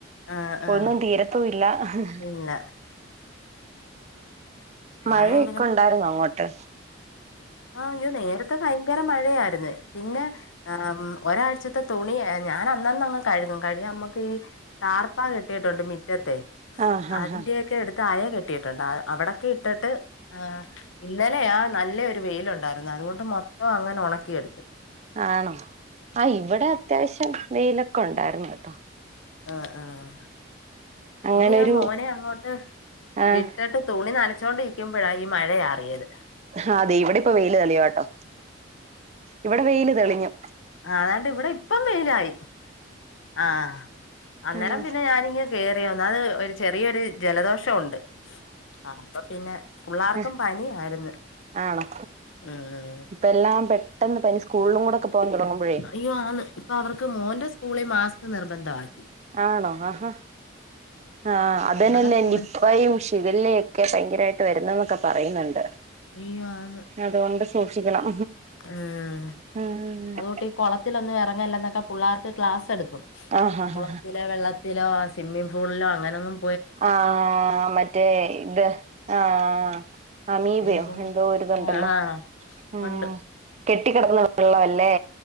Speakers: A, on the left; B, on the right.
A: ആഹ് ആഹ്
B: ഒന്നും തീരത്തുവില്ല ആഹ്
A: ഇല്ല ഞാനും
B: മഴ ഒക്കെ ഒണ്ടാര്ന്നൊ അങ്ങോട്ട്
A: ആഹ് അയ്യൊ നേരത്തെ ഭയങ്കര മഴയായിരുന്നു പിന്നെ ആഹ് ഒരാഴ്ചത്ത തുണി ഞാന് അന്നന്നങ്ങ് കഴുകും കഴിഞ്ഞ നമ്മക്കീ ട്ടാർപ്പ കെട്ടിയിട്ടുണ്ട് മിറ്റത്തെ
B: ആഹ് ആഹ്
A: അതിന്റെയൊക്കെ അടുത്ത് അയ കെട്ടിയിട്ടുണ്ട് അവിടൊക്കെ ഇട്ടിട്ട് ആഹ് ഇന്നലെയാ നല്ലൊരു വെയിലുണ്ടായിരുന്നു അതുകൊണ്ട് മൊത്തം അങ്ങനെ ഒണക്കിയെടുത്ത്
B: ആണോ ആഹ് ഇവ്ടെ അത്യാവശ്യം വെയിലൊക്ക ഒണ്ടായിരുന്നു കെട്ടോ
A: ആഹ് ആഹ്
B: അങ്ങനൊരു
A: ഇന്ന് ഞാൻ മോനെ അങ്ങോട്ട്
B: ആഹ്
A: വിട്ടിട്ട് തുണി നനച്ചോണ്ടിരിക്കുമ്പഴ ഈ മഴ ചാറിയത്
B: ആഹ് അതെ ഇവെടെ ഇപ്പൊ വെയില് തെളിയുവാട്ടൊ ഇവടെ വെയില് തെളിഞ്ഞു
A: ആഹ് അതാണ്ട് ഇവെടെ ഇപ്പം വെയിലായി ആഹ് അന്നേരം
B: ആഹ്
A: പിന്നെ ഞാനിങ്ങ് കേറിയൊന്ന് അത് ഒരു ചെറിയൊരു ജലദോഷം ഒണ്ട് ആഹ് അപ്പൊ പിന്നെ പുള്ളാർക്കും
B: ആഹ്
A: പനി ആയിരുന്നു
B: ആണോ
A: ഉം
B: ഇപ്പ എല്ലാം പെട്ടെന്ന് പനി സ്കൂളിലും കൂടെക്കെ പോകാൻ തുടങ്ങുമ്പോഴേ
A: അയ്യോ ആന്ന് ഇപ്പൊ അവർക്ക് മോന്റെ സ്കൂളിൽ മാസ്ക് നിർബന്ധായി
B: ആണോ ആഹാ ആഹ് അതെന്നെല്ലേ
A: അവരെ സ്കൂളിൽ
B: ഇനിയിപ്പൊ നിപയും ശിവല്ലയും ഒക്കെ ഭയങ്കരമായിട്ട് വെരുന്നു എന്നൊക്കെ പറയുന്നുണ്ട്
A: അയ്യോ ആന്ന്
B: അതുകൊണ്ട് സൂക്ഷിക്കണം
A: ഉം
B: ആഹ്
A: അതുകൂട്ടി കാെളത്തിലൊന്നും എറങ്ങല്ലെ എന്നൊക്കെ പുള്ളേർക്ക് ക്ലാസ് എട്ക്കും
B: ആഹ് ആഹ്
A: കുളത്തിലോ വെള്ളത്തിലോ സ്വിമ്മിംഗ് ഫൂളിലോ അങ്ങനെ ഒന്നും
B: ആഹ് മറ്റേ ഇത് ആഹ് അമീബയോ
A: ഭയങ്കര
B: എന്തോ ഒര്ഇത് ഇണ്ടല്ലോ
A: ആഹ് ആഹ്
B: ഉം
A: ഉണ്ട്
B: കെട്ടി കെടക്കുന്ന വെള്ളവല്ലേ